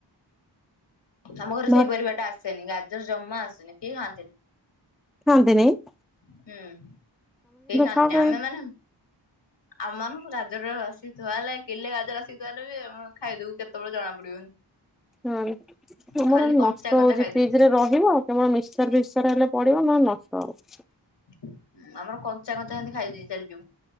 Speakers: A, on the left; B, in the centre.
A: ଆମ ଘରେ
B: ଭାତ
A: ସେଇ ପରିବା ଟା ଆସ ସେନି ଗାଜର ଜମା ଆସୁନି କେହି ଖାଆନ୍ତିନି।
B: ଖାଆନ୍ତି <unintelligible>
A: ହୁଁ କେହି ଖାଆନ୍ତିନି
B: ଖାଅ କାଇଁ
A: ଆମେ ମାନେ ଆମମାନଙ୍କୁ ଗାଜର ଆସି ଥୁଆ ହେଲେ କିଲେ ଗାଜର ଆସି ଥୁଆ ହେଲେ ବି ଆମେ ଖାଇଦୋବୁ କେ ତୋବୋଳେ ଜଣା ପଡିବନି।
B: ହୁଁ ଆମର
A: ଖାଲି
B: <unintelligible>
A: କଞ୍ଚା
B: ନଷ୍ଟ
A: କଞ୍ଚା
B: ହୋଉଚି
A: ଖାଇଦବୁ
B: ଫ୍ରିଜ ରେ ରହିବ। କେବଳ ମିକ୍ସଚର୍ ଫିକ୍ସଚର୍ ହେଲେ ପଡିବ ନହେଲେ ନଷ୍ଟ ହବ।
A: ଆମର କଞ୍ଚା କଞ୍ଚା ହେନ୍ତି ଖାଇଦେଇ ଚାଲି <unintelligible>